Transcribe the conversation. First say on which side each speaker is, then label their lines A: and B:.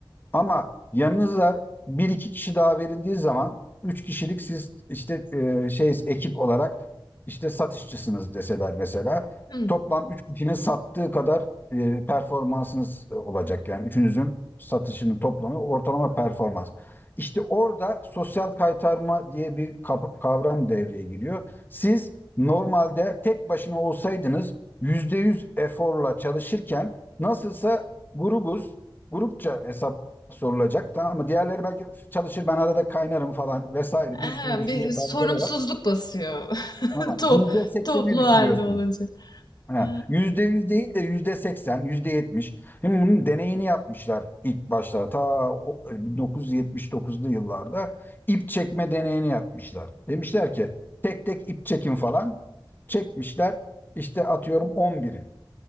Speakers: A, on the left (about 25°); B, on the left (about 55°).
A: Ama yanınıza bir iki kişi daha verildiği zaman üç kişilik siz işte e, şey ekip olarak işte satışçısınız deseler mesela
B: hı.
A: toplam üç kişinin sattığı kadar e, performansınız e, olacak yani üçünüzün satışının toplamı ortalama performans. İşte orada sosyal kaytarma diye bir kap- kavram devreye giriyor. Siz normalde tek başına olsaydınız %100 eforla çalışırken nasılsa grubuz, grupça hesap sorulacak tamam mı? Diğerleri belki çalışır ben arada kaynarım falan vesaire bir
B: Aha,
A: sürü düşünce
B: bir sorumsuzluk
A: tarzları var.
B: basıyor. <laughs>
A: Ama
B: To-
A: yüzde sekseni
B: toplu
A: düşünüyorsunuz.
B: halde olunca.
A: Ha,
B: Ha,
A: yüzde yüz değil de yüzde seksen, yüzde yetmiş. Şimdi bunun deneyini yapmışlar ilk başlar. Ta o- 1979'lu yıllarda ip çekme deneyini yapmışlar. Demişler ki tek tek ip çekin falan. Çekmişler işte atıyorum 10 birim.